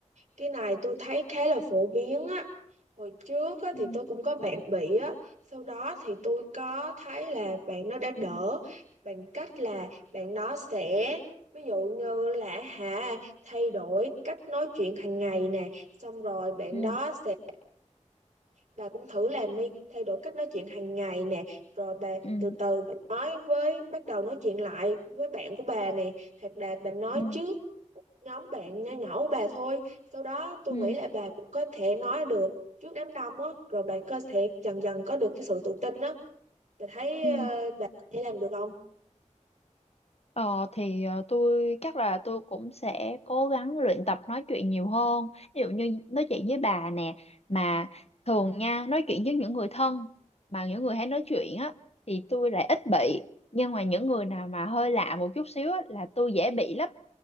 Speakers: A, on the right; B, on the left.
A: cái này tôi thấy khá là phổ biến á hồi trước á,
B: ừ
A: thì tôi cũng có bạn bị á sau đó thì tôi có thấy là bạn nó đã đỡ bằng cách là bạn nó sẽ ví dụ như là hả thay đổi cách nói chuyện hàng ngày nè xong rồi bạn
B: ừ
A: đó sẽ bà cũng thử làm đi thay đổi cách nói chuyện hàng ngày nè rồi bà
B: ừ
A: từ từ bà nói với bắt đầu nói chuyện lại với bạn của bà nè hoặc là bà nói
B: ừ
A: trước nhóm bạn nho nhỏ của bà thôi sau đó tôi
B: ừ
A: nghĩ là bà cũng có thể nói được trước đám đông á rồi bà có thể dần dần có được cái sự tự tin á bà thấy
B: ừ
A: ờ, bà có thể làm được không
B: Ờ, thì ờ, tôi chắc là tôi cũng sẽ cố gắng luyện tập nói chuyện nhiều hơn ví dụ như nói chuyện với bà nè mà thường nha nói chuyện với những người thân mà những người hay nói chuyện á thì tôi lại ít bị nhưng mà những người nào mà hơi lạ một chút xíu á, là tôi dễ bị lắm